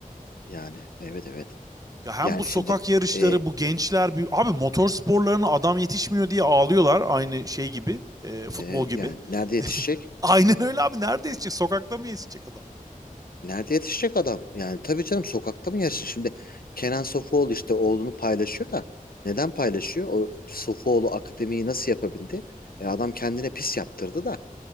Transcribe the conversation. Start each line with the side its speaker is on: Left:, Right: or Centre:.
Left: Yani evet evet.
Right: Ya hem
Left: Yani
Right: bu sokak
Left: şimdi
Right: yarışları
Left: e,
Right: bu gençler bu- abi motor sporlarına adam yetişmiyor diye ağlıyorlar aynı şey gibi e, futbol
Left: e,
Right: gibi.
Left: yani nerede yetişecek?
Right: <laughs> Aynen öyle abi nerede yetişecek sokakta mı yetişecek adam?
Left: Nerede yetişecek adam? Yani tabii canım sokakta mı yersin? Şimdi Kenan Sofuoğlu işte oğlunu paylaşıyor da neden paylaşıyor? O Sofuoğlu akademiyi nasıl yapabildi? E adam kendine pis yaptırdı da